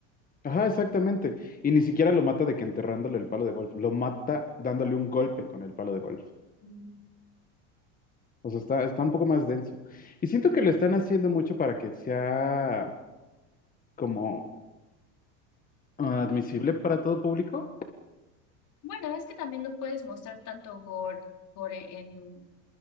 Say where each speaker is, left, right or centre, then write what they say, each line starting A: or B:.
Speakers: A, on the left (about 20°); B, on the left (about 50°).
A: Ajá, exactamente. Y ni siquiera lo mata de que enterrándole el palo de golf. Lo mata dándole un golpe con el palo de golf.
B: Mm.
A: O sea, está, está un poco más denso. Y siento que lo están haciendo mucho para que sea como ah, admisible para todo público.
B: Bueno, es que también no puedes mostrar tanto gore, gore en,